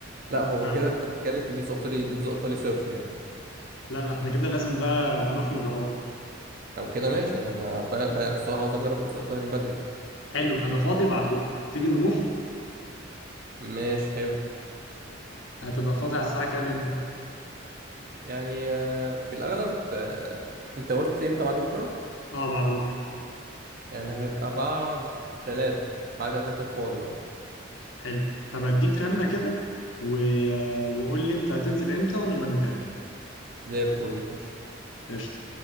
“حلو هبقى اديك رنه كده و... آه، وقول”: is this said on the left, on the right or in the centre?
Left